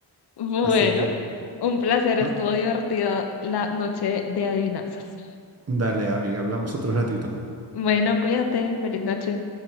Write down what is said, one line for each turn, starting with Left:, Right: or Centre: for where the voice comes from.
Left: Bueno,
Right: Así que,
Left: un placer, estuvo
Right: ah,
Left: divertida la noche de adivinanzas.
Right: dale, Abby, hablamos otro ratito.
Left: Bueno, cuídate, feliz noche.